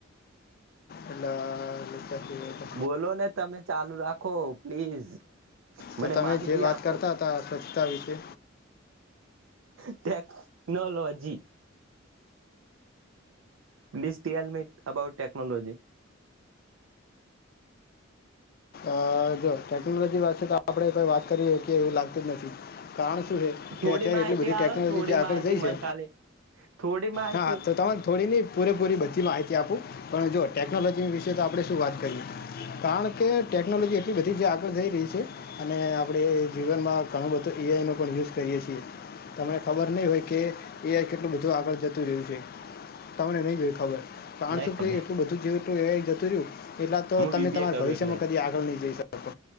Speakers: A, on the left; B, on the right.
A: એટલે. નીચેથી એ તો.
B: બોલો ને તમે ચાલુ રાખો પ્લીઝ. મને
A: તો તમે
B: માહિતી
A: જે વાત
B: આપો
A: કરતા હતા સ્વચ્છતા વિશે
B: technology please tell me about technology
A: અ જો ટેકનોલોજી પાસે તો આપણે કોઈ વાત કરી શકીએ એવું લાગતું જ નથી કારણ શું છે
B: થોડી
A: કે અત્યારે
B: માહિતી
A: એટલી બધી
B: આવે
A: ટેકનોલોજી
B: ને થોડી
A: આગળ
B: માહિતી
A: જઈ
B: મન
A: છે
B: ખાલી થોડી માહિતી
A: હા તો તરે થોડી પૂરેપૂરી બધી માહિતી આપું પણ જો ટેકનોલોજી વિશે તો આપણે શું વાત કરીએ કારણ કે ટેકનોલોજી એટલી બધી જ આગળ જઈ રહી છે અને આપણે જીવનમાં ઘણું બધું એઆઈમાં પણ યુઝ કરીએ છીએ તમને ખબર નહીં હોય કે એ કેટલું બધું આગળ જતું રહ્યું છે તમને નહી જોય ખબર
B: નઈ
A: ણસું
B: ખબર
A: કે એટલું બધું જીવતું એ જતું રહ્યું એટલા તો
B: હું
A: તમે
B: બીબી
A: તમારા
B: એ કરું
A: ભવિષ્યમાં
B: એટલે
A: કદી આગળ નહી જઈ શ